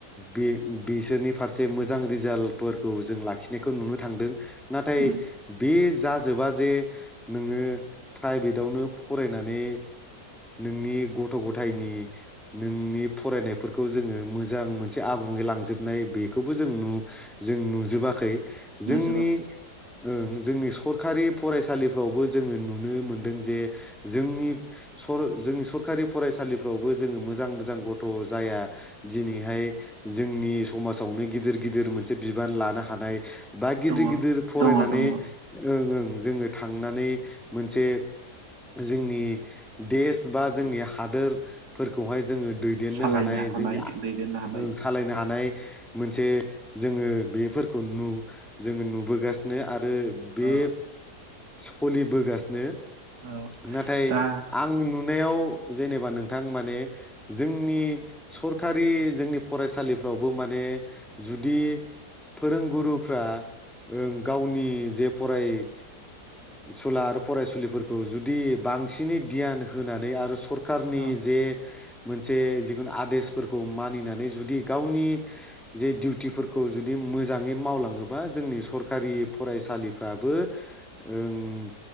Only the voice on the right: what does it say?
उम
नुजोबाखै
दङ
दङ दङ
सालायनो
दैदेननो हानाय
औ
औ
दा
औ